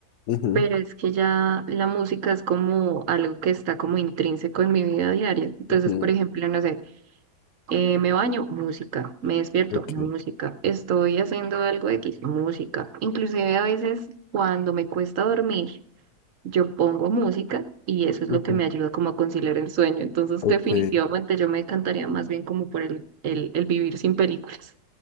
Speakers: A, on the left; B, on the right.
A: Ujú.
B: Pero es que ya la música es como algo que está como intrínseco en mi vida diaria. Entonces,
A: Mm,
B: por ejemplo, no sé, eh, me baño, música, me despierto,
A: ok,
B: música, estoy haciendo algo X, música. Inclusive a veces cuando me cuesta dormir, yo pongo música y eso es
A: ujú,
B: lo que me ayuda como a conciliar el sueño. Entonces,
A: ok.
B: definitivamente yo me decantaría más bien como por el, el, el vivir sin películas.